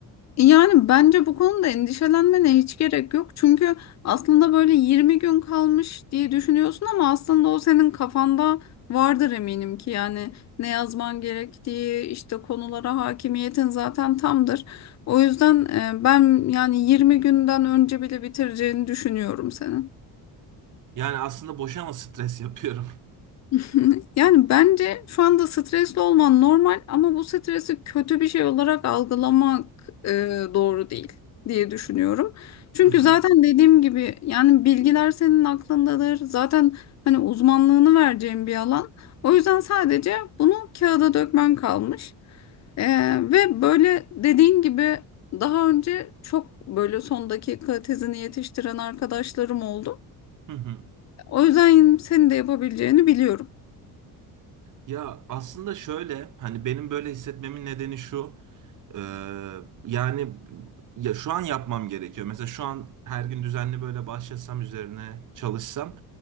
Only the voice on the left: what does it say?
Yani bence bu konuda endişelenmene hiç gerek yok. Çünkü aslında böyle 20 gün kalmış diye düşünüyorsun ama aslında o senin kafanda vardır eminim ki yani ne yazman gerektiği işte konulara hakimiyetin zaten tamdır. O yüzden e, ben yani 20 günden önce bile bitireceğini düşünüyorum senin.
<laughs> Yani bence şu anda stresli olman normal ama bu stresi kötü bir şey olarak algılamak e, doğru değil diye düşünüyorum. Çünkü
zaten dediğim gibi yani bilgiler senin aklındadır. Zaten hani uzmanlığını vereceğin bir alan. O yüzden sadece bunu kağıda dökmen kalmış. E, ve böyle dediğin gibi daha önce çok böyle son dakika tezini yetiştiren arkadaşlarım oldu.
O yüzden senin de yapabileceğini biliyorum.